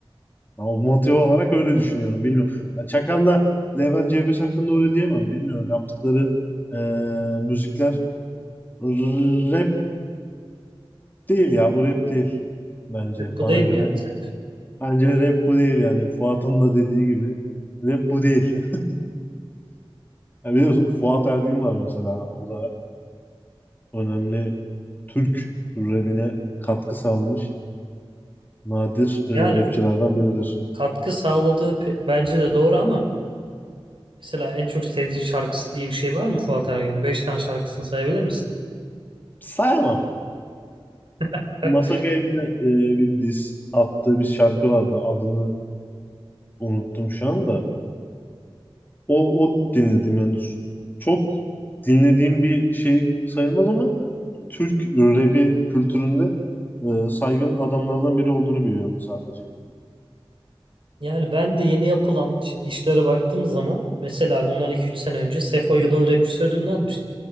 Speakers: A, on the left (about 20°); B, on the right (about 60°).
A: Ama motive olarak öyle düşünüyorum. Bilmiyorum. Ya Çakal'la Level C5 hakkında öyle diyemem. Bilmiyorum. Yaptıkları eee, müzikler r- rap değil ya. Bu rap değil bence
B: Bu
A: bana
B: değil mi
A: göre.
B: yani sence?
A: Bence rap bu değil yani. Fuat'ın da dediği gibi rap bu değil. <laughs> Ya biliyorsun Fuat Ergin var mesela. O da önemli Türk rapine katkı sağlamış nadir e,
B: Yani
A: rapçilerden biridir.
B: katkı sağladığı pe- bence de doğru ama mesela en çok sevdiğin şarkısı diye bir şey var mı Fuat Ergen'in? Beş tane şarkısını sayabilir misin?
A: Sayamam.
B: <laughs>
A: Masakaya bir de e, bir diss attığı bir şarkı vardı. Adını unuttum şu anda. O, o dinledim yani. Çok dinlediğim bir şey sayılmaz ama Türk rap'i kültüründe e, saygın adamlardan biri olduğunu biliyorum sadece.
B: Yani ben de yeni yapılan şimdi işlere baktığım zaman mesela bundan iki üç sene önce Sefo yılın rapçisi ödülünü almıştı.